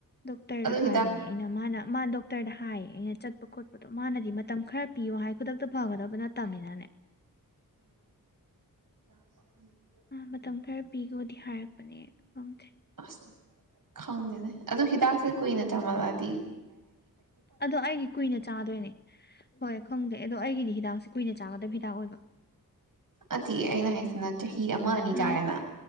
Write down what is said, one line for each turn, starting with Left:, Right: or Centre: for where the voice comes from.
Left: ꯗꯣꯛꯇꯔꯗ
Right: ꯑꯗꯨ ꯍꯤꯗꯥꯛ
Left: ꯍꯥꯏꯕꯅꯦ ꯑꯩꯅ ꯃꯥꯅ ꯃꯥ ꯗꯣꯛꯇꯔꯗ ꯍꯥꯏꯌꯦ ꯑꯩꯅ ꯆꯠꯄ ꯈꯣꯠꯄꯗꯣ ꯃꯥꯅꯗꯤ ꯃꯇꯝ ꯈꯔ ꯄꯤꯌꯣ ꯍꯥꯏ ꯈꯨꯗꯛꯇ ꯐꯒꯗꯕꯅ ꯇꯝꯃꯤꯅꯅꯦ
Right: ꯎꯝ
Left: ꯑ ꯃꯇꯝ ꯈꯔ ꯄꯤꯈꯣꯗꯤ ꯍꯥꯏꯔꯛꯄꯅꯦ ꯈꯪꯦ
Right: ꯑꯁ ꯈꯪꯗꯦꯅꯦ ꯑꯗꯣ ꯍꯤꯗꯥꯛꯁꯦ ꯀꯨꯏꯅ ꯆꯥꯃꯜꯂꯗꯤ
Left: ꯑꯗꯣ ꯑꯩꯒꯤ ꯀꯨꯏꯅ ꯆꯥꯗꯣꯏꯅꯦ ꯍꯣꯏ ꯈꯪꯗꯦ ꯑꯗꯣ ꯑꯩꯒꯤꯗꯤ ꯍꯤꯗꯥꯛꯁꯦ ꯀꯨꯏꯅ ꯆꯥꯒꯗꯕ ꯍꯤꯗꯥꯛ ꯑꯣꯏꯕ
Right: ꯑꯁꯤ ꯑꯩꯅ ꯍꯥꯏꯁꯤꯅ ꯆꯍꯤ ꯑꯃ ꯑꯅꯤ ꯆꯥꯔꯦꯅ
Left: ꯎꯝ